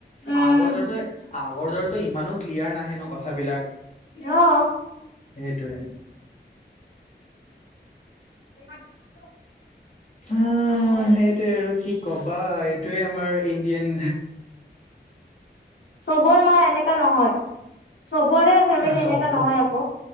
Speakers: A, on the left (about 85°); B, on the left (about 40°).
A: উম
B: আগৰ দৰেটো আগৰ দৰেতো ইমানো ক্লিয়াৰ নাহে ন কথাবিলাক?
A: অহ।
B: সেইটোৱেই।
A: <inaudible>
B: উম সেইটোৱে আৰু কি কবা, এইটোৱে আৰু আমাৰ ইণ্ডিয়ান
A: চবৰ মা এনেকা নহয়। চবৰে ফেমিলি
B: চব
A: এনেকা নহয় আকৌ।